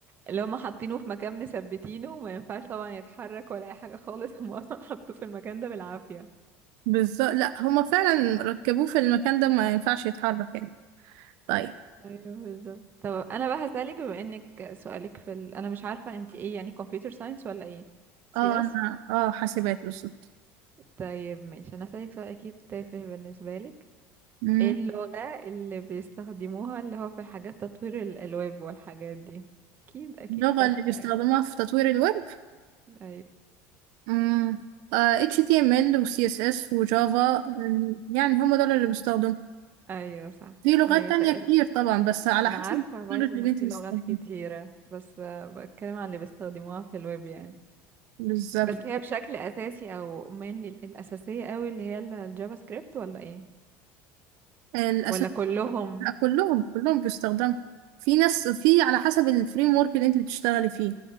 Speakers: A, on the right; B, on the right.
A: اللي هما حاطينه في مكان مثبتينه وما ينفعش طبعا يتحرك ولا اي حاجة خالص هما اصلا حطوه في المكان ده بالعافية
B: بالظبط لا هما فعلا ركبوه في المكان ده ما ينفعش يتحرك يعني طيب
A: ايوه بالظبط طب انا بقى هسألك بما انك سؤالك في ال... انا مش عارفة انت ايه يعني كمبيوتر ساينس ولا ايه سي
B: اه
A: اس
B: انا اه حاسبات بالظبط
A: طيب ماشي انا هسألك سؤال اكيد تافه بالنسبة لك
B: أمم،
A: ايه اللغة اللي بيستخدموها اللي هو في حاجات تطوير الألواب والحاجات دي أكيد أكيد
B: اللغة
A: تافهة
B: اللي بيستخدموها
A: يعني.
B: في تطوير الويب
A: أيوة
B: أمم، آه HTML و CSS و Java أمم، يعني هما دول اللي بيستخدموا
A: أيوة صح
B: في لغات
A: هي
B: تانية
A: تقل
B: كتير طبعا بس على
A: أنا
B: حسب
A: عارفة
B: التكنولوجي
A: بايثون
B: اللي
A: في
B: انت بتستخدمها
A: لغات كتيرة بس آه، بتكلم عن اللي بيستخدموها في الويب يعني
B: بالظبط
A: بس هي بشكل أساسي أو من الأساسية أوي اللي هي ال- الجافا سكريبت ولا إيه
B: الأساس
A: ولا كلهم
B: لا، كلهم كلهم بيستخدموا في ناس في على حسب الفريم ورك اللي انت بتشتغلي فيه